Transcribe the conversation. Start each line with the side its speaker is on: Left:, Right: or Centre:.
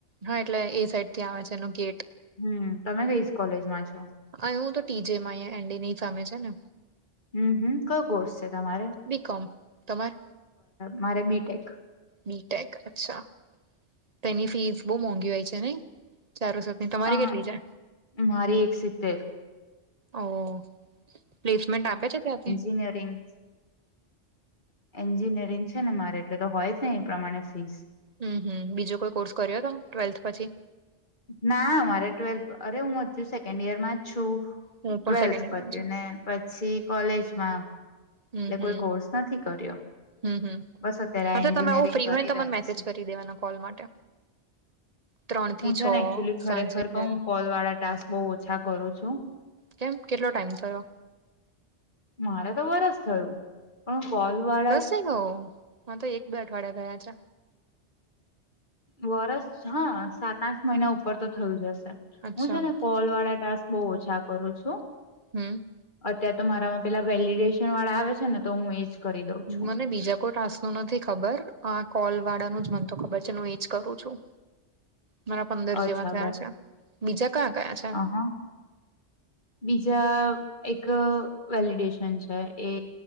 Right: હા એટલે એ સાઈડથી આવે છે એનો ગેટ.
Left: હમ તમે કઈ કોલેજમાં છો
Right: અ હું તો ટી જેમાં અહીયા એમ ડી ની સામે છે ને.
Left: હમ હમ કયો કોર્સ છે તમારે,
Right: બીકોમ તમાર
Left: મારે બી ટેક.
Right: બી ટેક અચ્છા, તેની ફીસ બહુ મોંઘી હોય છે નહી ચારો સ તમારી
Left: અ
Right: કેટલી છે?
Left: મારી એક સીત્તેર.
Right: ઓહ, પ્લેસમેન્ટ આપે છે ત્યાંથી.
Left: નિયરિંગ્સ. એન્જિનિયરિંગ છે ને મારે એટલે તો હોય જ ને એ પ્રમાણે ફીસ.
Right: હમ હમ બીજો કોઈ કોર્સ કર્યો તો, ટ્વેલ્થ પછી?
Left: ના મારે ટ્વેલ્થ, અરે હું હજુ સેકન્ડ યરમાં જ છું.
Right: હું પણ
Left: ટ્વેલ્થ
Right: સેકન્ડ યરમાં
Left: પત્યું
Right: છું
Left: ને, પછી કોલેજમાં.
Right: હમ
Left: એટલે કોઈ
Right: હમ
Left: કોર્સ નથી કર્યો.
Right: હમ હમ,
Left: બસ અત્યારે આ
Right: હા તો
Left: એન્જિનિયરિંગ
Right: તમે આવું ફ્રી
Left: કરી
Right: હોય ન તો
Left: રહ્યા
Right: મને મેસેજ
Left: છે
Right: કરી દેવાનો કોલ માટે. ત્રણ
Left: હું
Right: થી
Left: છે
Right: છ
Left: ને એકચુલી ખરેખર
Right: સાંજે ક્યારે
Left: કઉ કોલ વાળા ટાસ્ક બઉ ઓછા કરું છું
Right: કેમ કેટલો ટાઈમ થયો
Left: મારા તો વરસ થયું પણ હું કોલ વાળા
Right: ઉ હ તો મારે તો એક બે અઠવાડિયા થયા છે
Left: વરસ હા સાત આઠ મહિના ઉપર તો થયું જ હશે
Right: અચ્છા
Left: હું છે ને કોલ વાળા ટાસ્ક બઉ ઓછા કરું છું
Right: હમ
Left: અત્યાર તો મારામાં પેલા વેલીડેશન વાળા આવે છે ને તો હું એજ કરી દઉં છું.
Right: મને બીજા કોઈ ટાસ્ક આ નથી ખબર આ કોલ વાળા નુ જ મન તો ખબર છે હું એજ કરું છું મારા પંદર
Left: અચ્છા
Right: જેવા થયા છે બીજા કયા કયા છે
Left: હા બીજા એક વેલિડેશન છે એ